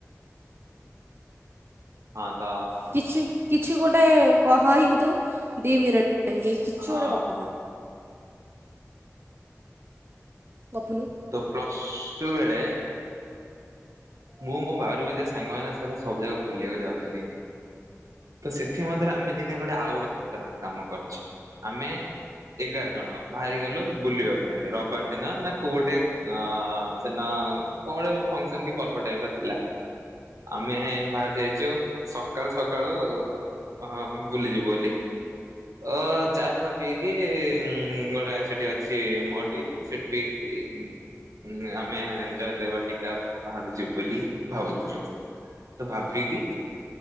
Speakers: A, on the right; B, on the right.
A: ହଁ ତ।
B: କିଛି କିଛି ଗୋଟେ କହ ହିନ୍ତୁ ଦି ମିନଟ୍ ପାଇଁକି କିଛି
A: ହଁ
B: ଗୋଟେ ଗପୁଥା। ଗପୁନୁ।
A: ତ ପ୍ଲସ୍ ଟୁ ବେଳେ ମୁଁ ମୋ ଭାଉରି ବିଜା ସାଙ୍ଗମାନଙ୍କ ସହିତ ସବୁ ଜାଗାକୁ ବୁଲିବାକୁ ଯାଉଥିଲି। ତ ସେଥି ମଧ୍ୟରେ ଆମେ ଦିନେ ଗୋଟେ ଆଉ ଗୋଟେ ଖତରନାକ କାମ କରିୁଚୁ। ଆମେ ଏଗାର ଜଣ ବାହାରି ଗଲୁ ବୁଲିବା ପାଇଁ ରବିବାର ଦିନ ନା କୋଉ ଗୋଟେ ନା ସେନା କଡେ ଫସନ କି ପର୍ବ ଟାଇପ ର ଥିଲା ଆମେ ଯାଇଛୁ ସକାଳୁ ସକାଳୁ ହଁ ବୁଲି ଯିବୁ ବୋଲି। ଅ ଚା ଫା ପିଇକି ଗୋଟେ ସେଠି ଅଛି ମୋଟି ସେଠି <unintelligible> ଆମେ ଯାହା ଦେବା ଟିକ ପାହାଡ ଯିବୁ ବୋଲି ଭାବୁଥିଲୁ ତ ଭାବିକି